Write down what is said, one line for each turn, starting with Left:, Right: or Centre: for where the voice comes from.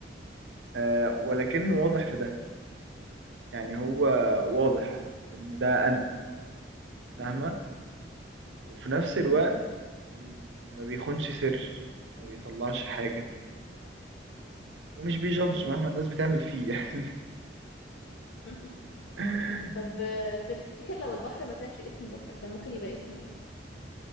Right: آه ولكنه واضح في ده يعني هو واضح في ان ده انا فاهمة وفي نفس الوقت
Left: <laughs>
Right: م، ما بيخونش سر ما بيطلعش حاجة ومش بيجادج
Left: اوكي
Right: مهما الناس بتعمل فيه يعني
Left: <laughs>
Right: <laughs>
Left: طب آه، تفتكر لو البحر ما كانش اسمه بحر كان ممكن يبقى اسمه ايه